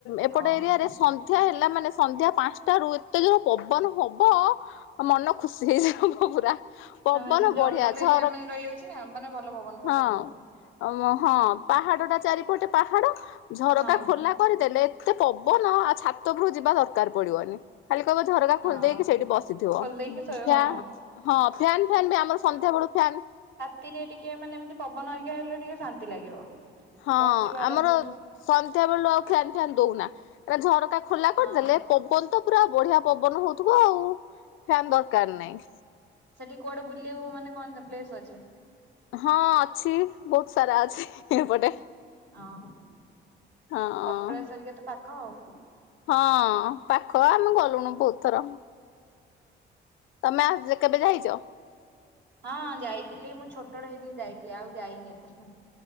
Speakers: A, on the left; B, on the right.
A: ଏପଟ
B: ଓହୋ
A: ଏରିଆ ରେ ସନ୍ଧ୍ୟା ହେଲା ମାନେ ସନ୍ଧ୍ୟା ପାଞ୍ଚଟା ରୁ ଏତେ ଯୋର ପବନ ହବ। ମନ ଖୁସି ହେଇଯିବ ପୁରା। ପବନ
B: ହଁ ଜଙ୍ଗଲ
A: ବଢିଆ ଝର
B: ଏରିଆ ମାନେ ରହିଯାଉଛି ନା ମାନେ ଭଲ ପବନ ଫବନ
A: ହଁ
B: ହଉଥିବ।
A: ହଁ ପାହାଡ ଟା ଚାରିପଟେ ପାହାଡ ଝରକା
B: ହଁ।
A: ଖୋଲା କରିଦେଲେ ଏତେ ପବନ ଆଉ ଛାତଗରୁ ଯିବା ଦରକାର ପଡିବନି। ଖାଲି କହିବ ଝରକା
B: ହଁ
A: ଖୋଲିଦେଇକି ସେଇଠି ବସିଥିବ।
B: ଖୋଲିଦେଇକି ଶୋଇ
A: ଫ
B: ହଁ।
A: ହଁ ଫ୍ୟାନ୍ ଫନ୍ ବି ଆମର ସନ୍ଧ୍ୟାବେେଳୁ ଫ୍ୟାନ୍
B: ନ ଟିକେ ମାନେ ଏମିତି ପବନ ଅରିକା ହେଲେ ଟିକେ ଶାନ୍ତି ଲାଗିବ।
A: ହଁ
B: ବସିବ ଆରାମସେ
A: ଆମର ସନ୍ଧ୍ୟା ବେଳୁ ଆଉ ଫ୍ୟାାନ ଫି୍ୟାାନ ଦଉନା ଝରକା ଖୋଲା
B: ହଁ।
A: କରିଦେଲେ ପବନ ତ ପୁରା ବଢିଆ ପବନ ହଉଥିବ ଆଉ ଫ୍ୟାାନ ଦରକାର ନାହିଁ।
B: ସେଠି କୁଆଡେ ବୁଲିବୁ ମାନେ କଣ ପ୍ଲେସ ଅଛି?
A: ହଁ ଅଛି ବହୁତ ସାରା ଅଛି ଏପଟେ।
B: ହଁ
A: ହଁ
B: କପିଳାସ ହେରିକା ତ ପାଖ ଆଉ।
A: ହଁ ପାଖ ଆମେ ଗଲୁଣି ବହୁତ ଥର। ତମେ <inaudible> କେବେ ଯାଇଛ?
B: ହଁ ଯାଇଥିଲି ମୁଁ ଛୋଟୋ ହେଇଥିଲି ଯାଇଥିଲି ଆଉ ଯାଇନି ଏତ